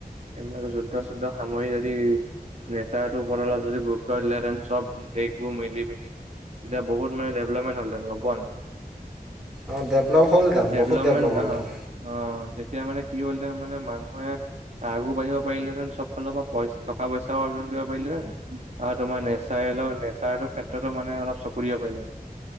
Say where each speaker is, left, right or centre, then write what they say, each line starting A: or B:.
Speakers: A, on the right; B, in the centre.
A: এইবিলাক যুদ্ধ চুদ্ধ সামৰি যদি নেচাৰটোৰ ওপৰত অলপ যদি গুৰুত্ব দিলেঁতেন, চব দেখবো মিলি মেলি এতিয়া বহুত মানে ডেভেলপমেণ্ট হলতে গম পোৱা নাই।
B: অ', ডেভলপ হ'ল তাত,
A: ডেভেলপমেণ্ট
B: বহুত ডেভলপ হ'ল
A: অ
B: তাত।
A: অ তেতিয়া মানে কি হল তাৰ মানে মানুহে আগ বাঢ়িব পাৰিলেতেনব ফালৰ পৰা পইচা টকা পইচাও অৰ্জন কৰিব পাৰিলেতেন আৰু তোমাৰ নেচাই <unintelligible> নেচাৰৰ ক্ষেত্ৰতো মানে অলপ চকু দিব পাৰিলে।